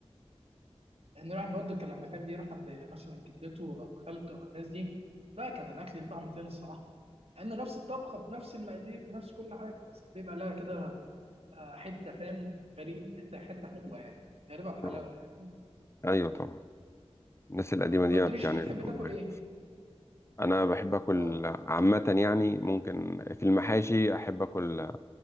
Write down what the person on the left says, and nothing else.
آه.
أيوه طبعا الناس القديمة
ديت
يعني
الأمهات
أنا بحب آكل
عامة يعني ممكن في المحاشي أحب آكل